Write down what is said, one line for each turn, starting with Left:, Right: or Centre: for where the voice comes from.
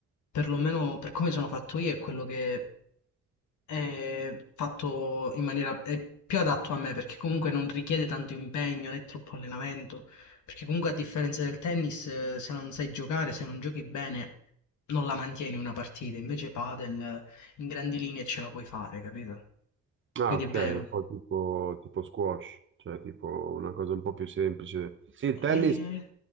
Left: perlomeno per come sono fatto io, è quello che è fatto in maniera è più adatto a me perché comunque non richiede tanto impegno né troppo allenamento. Perché comunque a differenza del tennis, eh, se non sai giocare, se non giochi bene, non la mantieni una partita. Invece padel, eh, in grandi linee ce la puoi fare, capito?
Right: Ah,
Left: Quindi
Right: ok,
Left: è vero.
Right: e poi tipo, tipo squash, cioè tipo una cosa un po' più semplice. Sì, il tennis
Left: E, e-